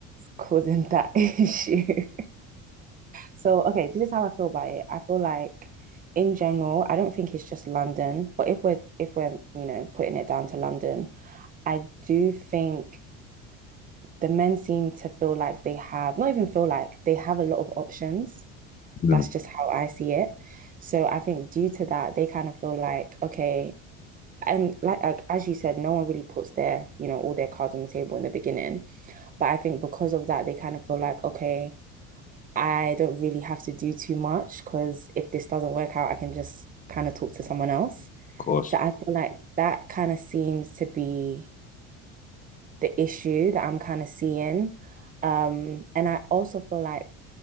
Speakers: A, on the right; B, on the left.
A: causing that <laughs> issue. So, okay, this is how I feel about it. I feel like in general, I don't think it's just London, but if we're if we're, you know, putting it down to London, I do think the men seem to feel like they have, not even feel like they have a lot of options.
B: Mm,
A: That's
B: of
A: just how I see it. So I think due to that, they kind of feel like, okay, and like, like as you said, no one really puts their, you know, all their cards on the table in the beginning. But I think because of that, they kind of feel like, okay, I don't really have to do too much because if this doesn't work out, I can just kind of talk to someone else.
B: course.
A: So I feel like that kind of seems to be the issue that I'm kind of seeing. Um, and I also feel like